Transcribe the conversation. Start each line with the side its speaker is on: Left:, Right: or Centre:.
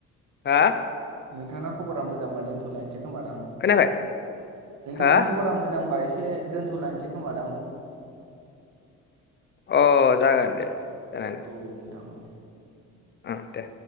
Left: हा
Right: नोंथाङा खबरा मोजांबा दोन्थ'लायनोसै खोमादां
Left: खोनायाखै
Right: नोंथां
Left: हा
Right: खबरा मोजांबा एसे एसे दोनथ'लायनोसै खोमा दां
Left: अ जागोन दे जानायालाय
Right: औ नोंथां औ
Left: आ दे